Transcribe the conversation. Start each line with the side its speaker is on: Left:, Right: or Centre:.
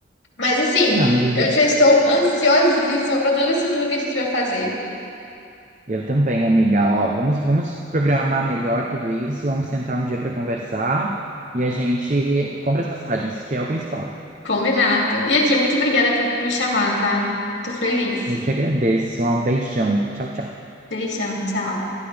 Left: Mas assim,
Right: Ah, mas às
Left: eu
Right: vezes-
Left: já estou ansiosíssima para todo esse tour que a gente vai fazer.
Right: eu também, amiga. Ó, vamos, vamos programar melhor tudo isso. Vamos sentar um dia para conversar e a gente compra as passagens, que é o principal.
Left: Combinado. E aqui, muito obrigada por por me chamar, tá? Tô feliz.
Right: Eu que agradeço. Um beijão. Tchau, tchau.
Left: Beijão, tchau.